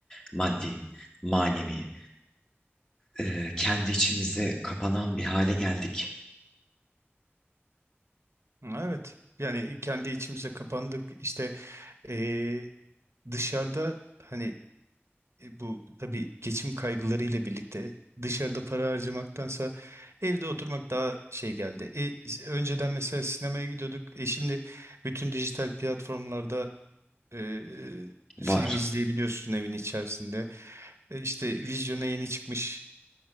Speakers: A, on the left; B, on the right.
A: maddi, manevi, e, kendi içimize kapanan bir hale geldik.
B: Evet. Yani kendi içimize kapandık. İşte e, dışarıda hani e, bu tabii geçim kaygılarıyla birlikte dışarıda para harcamaktansa evde oturmak daha şey geldi. E, önceden mesela sinemaya gidiyorduk. E şimdi bütün dijital platformlarda Ee,
A: Var.
B: E, film izleyebiliyorsun evin içerisinde. E, işte vizyona yeni çıkmışlar